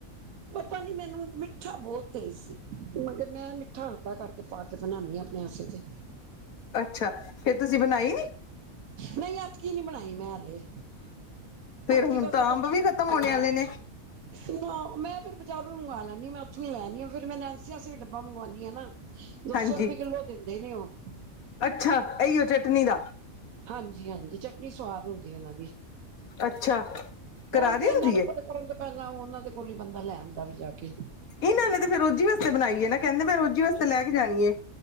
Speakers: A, on the right (about 75°); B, on the left (about 80°).
A: ਪਤਾ ਨੀ ਮੈਨੂੰ ਮਿੱਠਾ ਬਹੁਤ ਤੇਜ਼ ਸੀ ਮੇ ਕੇ ਮੈਂ ਮਿੱਠਾ ਹਲਕਾ ਕਰਕੇ ਪਾ ਕੇ ਬਣਾਨੀ ਹਾਂ ਅਪਣੇ ਆਸੇ ਤੇ।
B: ਅੱਛਾ ਫੇਰ ਤੁਸੀਂ ਬਣਾਈ ਨੀ?
A: ਨਹੀਂ ਐਤਕੀ ਨੀ ਬਣਾਈ ਮੈਂ ਹਾਲੇ।
B: ਫੇਰ
A: ਆਪ
B: ਹੁਣ
A: ਕੀ ਭਾਸ਼ਾ
B: ਤਾਂ
A: ਮੈਂ
B: ਅੰਬ
A: ਕੁਛ
B: ਵੀ
A: ਨਹੀਂ।
B: ਖ਼ਤਮ ਹੋਣੇ ਆਲੇ ਨੇ।
A: <unintelligible> ਨਾ ਮੈਂ ਫੇਰ ਬਜ਼ਾਰੋਂ ਹੀ ਮੰਗਵਾ ਲੈਂਨੀ ਆ ਮੈਂ ਉੱਥੋਂ ਹੀ ਲੈਨੀ ਆ ਫੇਰ ਮੈਂ ਨੇਨਸੀ ਆਸੇ ਵੀ ਡੱਬਾ ਮੰਗਵਾਂਨੀ ਆ ਨਾ। ਦੋ
B: ਹਾਂਜੀ,
A: ਸੋ ਰੁਪਏ ਕਿੱਲੋ ਦਿੰਦੇ ਨੇ ਉਹ।
B: ਅੱਛਾ ਇਹੀ ਓ ਚਟਨੀ ਦਾ।
A: ਹਾਂਜੀ ਹਾਂਜੀ ਚਟਨੀ ਸਵਾਦ ਹੁੰਦੀ ਹੈ ਉਹਨਾਂ ਦੀ
B: ਅੱਛਾ। ਕਰਾਰੀ
A: ਹੋਰ ਕੀ
B: ਹੁੰਦੀ
A: ਇੰਨਾ ਕੋਲ।
B: ਏ?
A: ਕਰਨ ਤੋਂ ਪਹਿਲਾਂ ਉਹ ਉਹਨਾਂ ਦੇ ਕੋਲ ਹੀ ਬੰਦਾ ਲੈ ਆਉਂਦਾ ਵੇ ਜਾ ਕੇ।
B: ਇਹਨਾਂ ਨੇ ਤੇ ਫਿਰ ਰੋਜ਼ੀ ਵਾਸਤੇ ਬਣਾਈ ਏ ਨਾ ਕਹਿੰਦੇ ਮੈਂ ਰੋਜ਼ੀ ਵਾਸਤੇ ਲੈ ਕੇ ਜਾਣੀ ਏ।